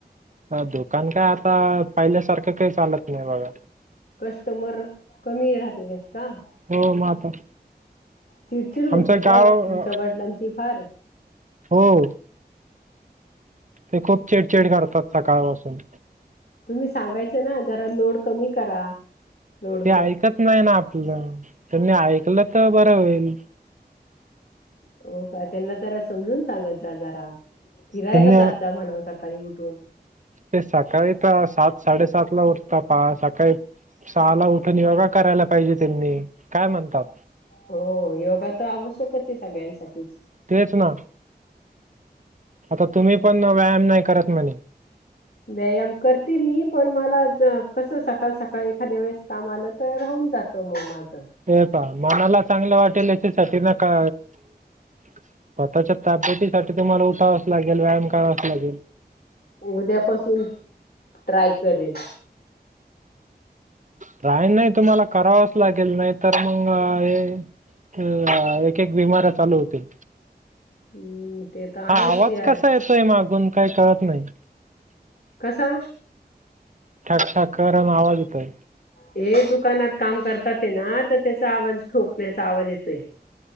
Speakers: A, on the right; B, on the left.
A: दुकान काय आता पहिल्यासारखं काही चालत नाही बघा.
B: कस्टमर, कमी राहतेत का?
A: हो म आता
B: चिडचिड होती
A: आमचं
B: का
A: गाव
B: तुमच्या
A: अ,
B: वडिलांची फार.
A: हो, ते खूप चिडचिड करतात सकाळ पासून.
B: तुम्ही सांगायचं ना जरा लोड कमी करा. लोड
A: ते
B: क-
A: ऐकत नाही ना आपलं, त्यांनी ऐकलं तर बरं होईल.
B: हो का, त्यांना जरा समजून सांगत जा जरा, फिरायला
A: त्यांनी
B: जात जा म्हणाव स काळी उठून.
A: ते सकाळी तर सात साडेसात ला उठता पहा सकाळी सहाला उठून योगा करायला पाहिजे त्यांनी. काय म्हणतात
B: हो, योगा तर आवश्यकच आहे सगळ्यांसाठीच.
A: तेच ना. आता तुम्ही
B: हम्म.
A: पण व्यायाम नाही करत म्हणे
B: व्यायाम करते मी, पण मला कस सकाळ सकाळी एखाद्या वेळेस काम आलं तर राऊन जात तं मग माझं.
A: ते पहा मनाला चांगलं वाटेल याच्या का स्वतःच्या तबेतीसाठी तुम्हाला उठावंच लागेल, व्यायाम करावाच लागेल.
B: उद्यापासून ट्राय करेल.
A: ट्राय नाही, तुम्हाला करावच लागेल, नाही तर मग हे एकेक बिमारी चालू होतील.
B: हम्म ते तर आहेच
A: हा, आवाज
B: यार
A: कसा येतोय मागून काही कळत नाही.
B: कसा.
A: ठक ठक करून आवाज येतोय
B: हे दुकानात काम करतात ते ना, तर त्याचा आवाज ठोकण्याचा आवाज येतोय.